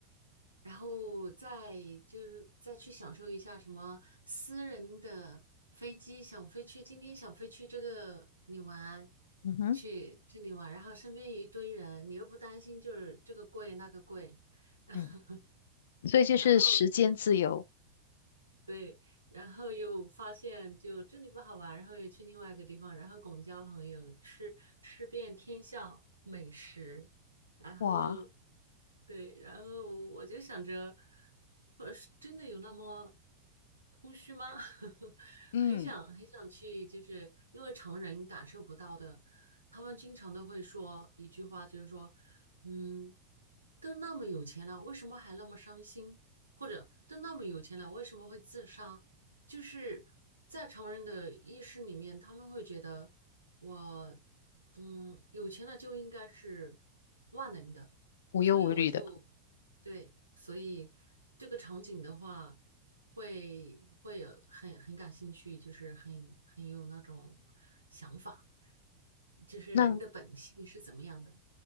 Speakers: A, on the right; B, on the left.
A: 然后再就再去享受一下什么私人的飞机，想飞去今天想飞去这个你玩，
B: 嗯哼，
A: 去这里玩，然后身边一堆人，你又不担心就是这个贵那个贵，<laughs> 然后
B: 嗯所以就是时间自由，
A: 然后对，然后又发现就这里不好玩，然后又去另外一个地方，然后广交朋友，吃吃遍天下美食，然后
B: 哇，
A: 对，然后我就想着，我是真的有那么空虚吗？<laughs>
B: 嗯，
A: 很想很想去，就是因为常人感受不到的，他们经常都会说一句话，就是说，嗯，都那么有钱了，为什么还那么伤心？或者都那么有钱了，为什么会自杀？就是在常人的意识里面，他们会觉得我，嗯，有钱了就应该是万能的，
B: 无忧无虑的。
A: 所以我就，对，所以这个场景的话，会会有很很感兴趣，就是很很有那种想法，就是人的本性是怎么样的，
B: 那